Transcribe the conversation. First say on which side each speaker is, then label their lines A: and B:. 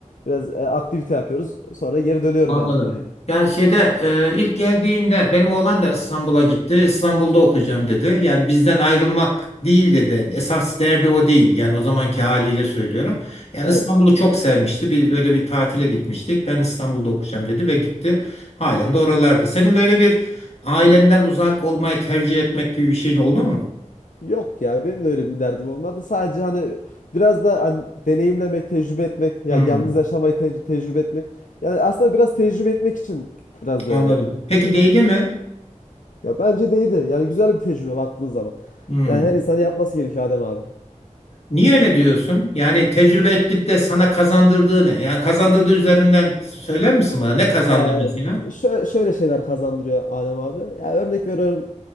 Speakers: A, on the left (about 80°); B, on the left (about 55°).
A: biraz e, aktivite yapıyoruz. Sonra geri dönüyorum
B: anladım.
A: yani Konya'ya.
B: Yani şeyde e, ilk geldiğinde benim oğlan da İstanbul'a gitti. İstanbul'da okuyacağım dedi. Yani bizden ayrılmak değil dedi. Esas derdi o değil. Yani o zamanki haliyle söylüyorum. Yani
A: Evet.
B: İstanbul'u çok sevmişti. Bir öyle bir tatile gitmiştik. Ben İstanbul'da okuyacağım dedi ve gitti. Halen de oralarda. Senin böyle bir ailenden uzak olmayı tercih etmek gibi bir şeyin oldu mu?
A: Yok ya benim de öyle bir derdim olmadı. Sadece hani biraz da hani deneyimlemek, tecrübe etmek, ya
B: Hmm,
A: yalnız yaşamayı te- tecrübe etmek. Yani aslında biraz tecrübe etmek için biraz da
B: anladım.
A: öyle.
B: Peki
A: e,
B: değdi mi?
A: Ya bence de Yani güzel bir tecrübe baktığın zaman.
B: Hmm.
A: Yani her insanın yapması gerekiyor Adem abi.
B: Niye öyle diyorsun? Yani tecrübe edip de sana kazandırdığı ne? Yani kazandırdığı üzerinden söyler misin bana? Ne kazandı
A: Ee,
B: mesela?
A: şö- şöyle şeyler kazandırıyor Adem abi. Ya örnek veriyorum